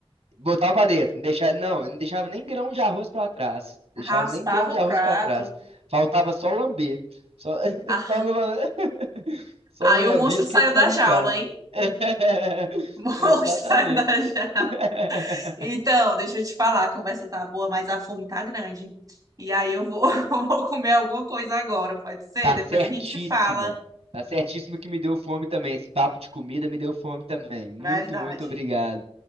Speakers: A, on the right (about 85°); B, on the right (about 40°).
A: Botava pra dentro, não deixava, não, não deixava nem grão de arroz pra trás. Deixava
B: Raspava
A: nem grão de
B: o
A: arroz
B: prato.
A: pra trás. Faltava só lamber. Só, <laughs>
B: Ah,
A: só no, lam- <laughs> só
B: aí
A: no lambia
B: o monstro
A: porque
B: saiu
A: não tava
B: da jaula,
A: em casa.
B: hein?
A: <laughs>
B: <laughs> Bom,
A: Exatamente.
B: sai da janela.
A: <laughs>
B: Então, deixa eu te falar, a conversa tá boa, mas a fome tá grande. E aí eu vou, <laughs> eu vou comer alguma coisa agora, pode ser?
A: Tá
B: Depois
A: certíssima.
B: a gente se fala.
A: Tá certíssimo que me deu fome também. Esse papo de comida me deu fome também. Muito,
B: Verdade.
A: muito obrigado.